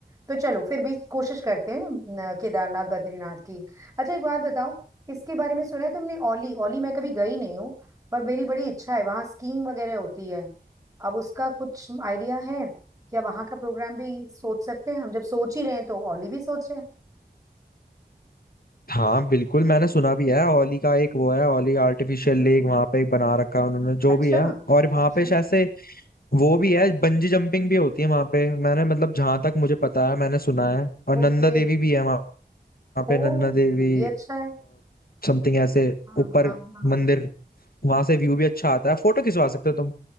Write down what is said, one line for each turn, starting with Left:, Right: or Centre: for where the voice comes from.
Right: तो चलो फिर भी कोशिश करते हैं न, केदारनाथ बद्रीनाथ की अच्छा एक बात बताओ इसके बारे में सुना है तुमने ओली ओली मैं कभी गई नहीं हूँ पर मेरी बड़ी इच्छा है वहाँ स्कीइंग वगैरह होती है अब उसका कुछ आइडिया है क्या वहाँ का प्रोग्राम भी सोच सकते हैं हम जब सोच ही रहे हैं तो ओली भी सोचे
Left: हाँ बिल्कुल मैंने सुना भी है ओली का एक वो है ओली आर्टिफिशियल लेक वहां पे एक बना रखा है उन्होंने जो
Right: अच्छा
Left: भी है और वहां
Right: अच्छा
Left: पे शायद से वो भी है बंजी जंपिंग भी होती है वहां पे मैंने मतलब जहां तक मुझे पता है मैंने सुना है और नंदा
Right: ओके
Left: देवी भी है वहां
Right: ओ
Left: पे नंदा देवी
Right: ये भी अच्छा है
Left: समथिंग ऐसे
Right: हाँ
Left: ऊपर
Right: हाँ हाँ
Left: मंदिर वहां से व्यू भी अच्छा आता है फोटो खिंचवा सकते हो तुम